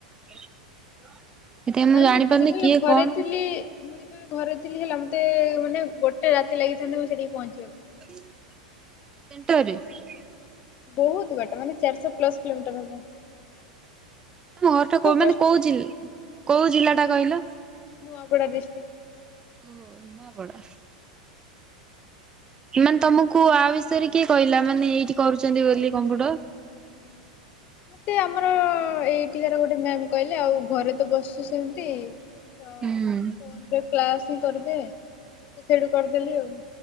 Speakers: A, on the right; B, on the left.
A: ସେଥିପାଇଁ
B: ମାନେ
A: ମୁଁ ଜାଣିପାରୁନି
B: ଯେତେବେଳେ
A: କିଏ
B: ଘରେ
A: କଣ।
B: ଥିଲି ମୁଁ ଯେତେବେଳେ ଘରେ ଥିଲି ହେଲା ମତେ ମାନେ ଗୋଟେ ରାତି ଲାଗିଥାନ୍ତା ମୁଁ ସେଠିକି ପହଞ୍ଚିବାକୁ।
A: ସେଣ୍ଟରରେ?
B: ବହୁତ ବାଟ ମାନେ ଚାରିଶ ପ୍ଲସ କିଲୋମିଟର ହବ।
A: ତମ ଘରଟା
B: ମୁଁ ଏବେ
A: କୋ ମାନେ
B: ହଷ୍ଟେଲ
A: କୋଉ ଜି କୋଉ ଜିଲ୍ଲା ଟା କହିଲ?
B: ନୂଆପଡ଼ା ଡିଷ୍ଟିକ୍।
A: ଓହୋ ନୂଆପଡ଼ା। ମାନେ ତମକୁ ଆ ବିଷୟରେ କିଏ କହିଲା ମାନେ ଏଇଠି କରୁଛନ୍ତି ବୋଲି କମ୍ପ୍ୟୁଟର।
B: ସିଏ ଆମର ଏଇଠିକାର ଗୋଟେ ମ୍ୟାାମ କହିଲେ ଆଉ ଘରେ ତ ବସଛୁ ସେମିତି ତ ଫୋନରେ
A: ହୁଁ
B: କ୍ଲାସ ହିଁ କରିଦେ, ମୁଁ ସେଇଠୁ କରିଦେଲି ଆଉ।